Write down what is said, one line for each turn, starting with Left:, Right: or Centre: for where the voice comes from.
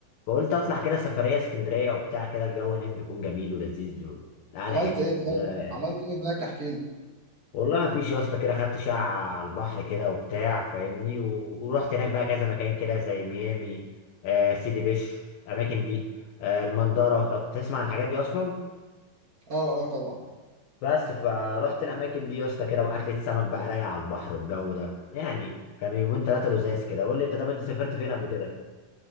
Left: فقلت اطلع كده سفريه اسكندريه وبتاع كده الجو هناك بيكون جميل ولذيذ وقعده
Right: عملت
Left: حلوه
Right: ايه
Left: اسكندريه
Right: طيب؟
Left: رايقه يعني.
Right: عملت ايه هناك احكي لي.
Left: والله ما فيش يا اسطى كده خدت شقة على البحر كده وبتاع فاهمني و... ورحت هناك بقى كذا مكان كده زي ميامي آه سيدي بشر الاماكن دي آه المندرة لو تسمع عن الحاجات دي اصلا
Right: اه اه طبعا.
Left: بس فروحت الاماكن دي يا اسطى كده واكلة سمك بقى رايقة على البحر والجو ده يعني كانوا يومين ثلاثة لزاز كده قول لي انت طب انت سافرت فين قبل كده